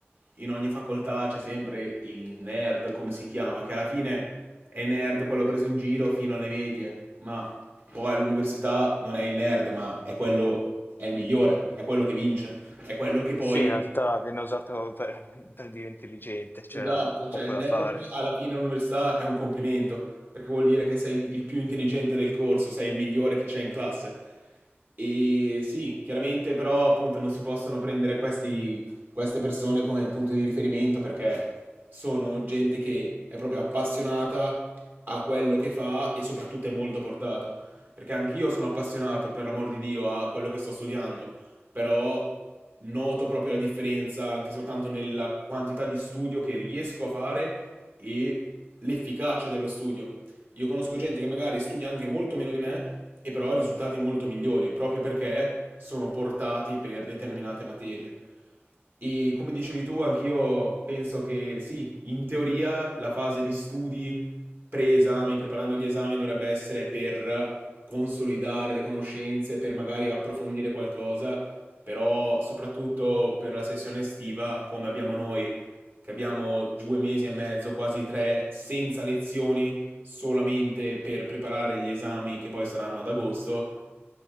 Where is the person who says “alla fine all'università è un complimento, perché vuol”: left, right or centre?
Right